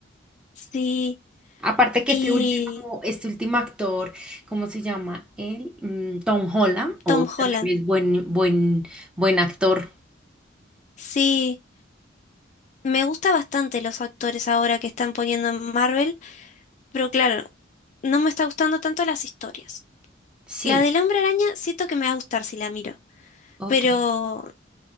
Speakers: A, on the left; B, in the centre.
A: Sí,
B: Aparte que
A: y
B: este último, este último actor, ¿cómo se llama él? Mm, Tom Holland, o
A: Tom
B: también
A: Holland.
B: es buen, buen, buen actor.
A: Sí, me gusta bastante los actores ahora que están poniendo en Marvel, pero claro, no me está gustando tanto las historias.
B: Sí,
A: La del hombre araña siento que me va a gustar si la miro,
B: ok.
A: pero